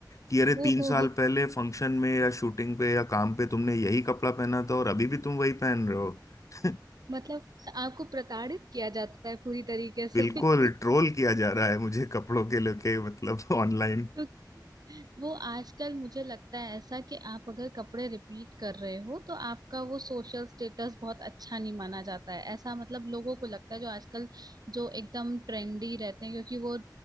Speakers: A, on the left; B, on the right.
A: कि अरे
B: ओहो
A: तीन साल पहले फंक्शन में या शूटिंग पे या काम पे तुमने यही कपड़ा पहना था और अभी भी तुम वही पहन रहे हो <laughs>
B: मतलब आपको प्रताड़ित किया जाता है पूरी तरीके से
A: बिल्कुल
B: <laughs>
A: ट्रोल किया जा रहा है मुझे कपड़ों के लेके मतलब ऑनलाइन
B: क्योंकि ना, वो आजकल मुझे लगता है ऐसा कि आप अगर कपड़े रिपीट कर रहे हो तो आपका वो सोशल स्टेटस बहुत अच्छा नहीं माना जाता है ऐसा मतलब लोगों को लगता है जो आजकल जो एकदम ट्रेंडी रहते हैं क्योंकि वो